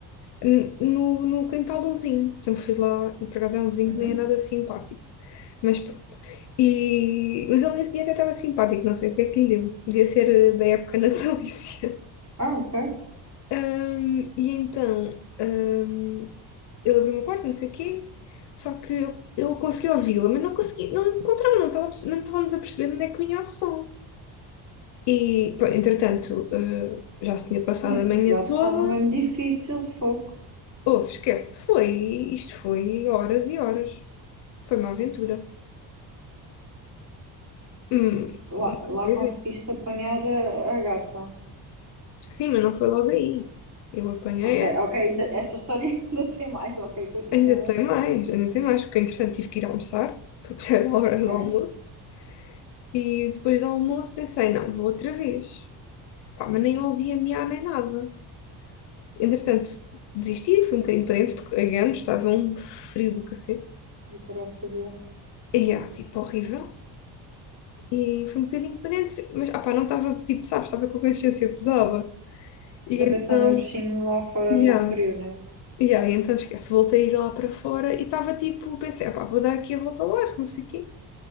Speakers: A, on the left; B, on the right.
A: n- no, no quintal de um vizinho. Então fui lá e por acaso é um vizinho
B: Uhum.
A: que nem é nada simpático. Mas pronto. E, mas ele nesse dia até estava simpático, não sei o que é que lhe deu. Devia ser eh, da época <laughs> natalícia.
B: Ah, ok.
A: Ahm, e então, ahm, ele abriu uma porta, não sei o quê, só que eu, eu consegui ouvi-la, mas não consegui, não encontrava, não estava, não estávamos a perceber de onde é que vinha o som. E, pá, entretanto, eh, já se tinha passado
B: Esse
A: a manhã
B: gato
A: toda.
B: estava mesmo difícil, fogo.
A: Houve, esquece, foi, isto foi horas e horas. Foi uma aventura. Hum,
B: Lá, lá
A: meu
B: conseguiste
A: Deus.
B: apanhar a, a gata.
A: sim, mas não foi logo aí. Eu apanhei,
B: Ok, ok, ainda, esta história <laughs> ainda tem mais, ok, continua.
A: ainda tem mais, ainda tem mais, porque entretanto tive que ir almoçar, porque já era horas
B: Ok.
A: do almoço. E depois do almoço pensei, não, vou outra vez. Pá, mas nem ouvi a miar nem nada. Entretanto, desisti, fui um bocadinho para dentro, porque again, estava um frio do cacete.
B: Vou parar de fazer.
A: E ah, tipo, horrível. E fui um bocadinho para dentro, mas ah, pá, não estava, tipo, sabes, estava com a consciência pesada. E
B: Eu
A: então,
B: pensar no bichinho lá fora
A: yeah,
B: com o frio, né?
A: yeah, e então esquece, voltei a ir lá para fora e estava tipo, pensei, ah, pá, vou dar aqui a volta ao bairro, não sei o quê.